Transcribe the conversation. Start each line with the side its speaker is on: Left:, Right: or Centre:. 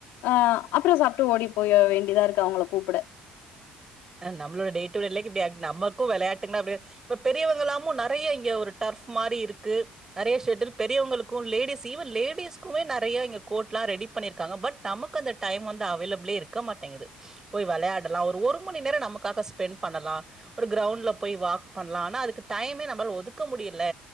Left: அஹ் அப்றோ சாப்ட்டு ஓடி போய் வேண் இப்டிதாருக்கு அவங்கள கூப்ட
Right: நம்மளோ டே டு லே இப்டி ஆ நமக்கு விளையாட்டுன்னா அப்டியே இப்ப பெரியவங்கல்லாமு நெறைய இங்க ஒரு டர்ஃப் மாரி இருக்கு நெறைய ஷட்டில் பெரியவங்களுக்கும் லேடிஸ் ஈவன் லேடிஸ்குமே நெறைய இங்க கோட்லா ரெடி பண்ணியிருக்காங்க பட் நமக்கு அந்த டைம் வந்து அவைலபிளே இருக்க மாட்டேங்குது போய் வெளையா எல்லா ஒரு ஒரு மணி நேரோ நமக்காக ஸ்பெண்ட் பண்ணலா ஒரு கௌரவுண்ட்ல போய் வாக் பண்லா ஆனா அதுக்கு டைமே நம்மளால ஒதுக்க முடியல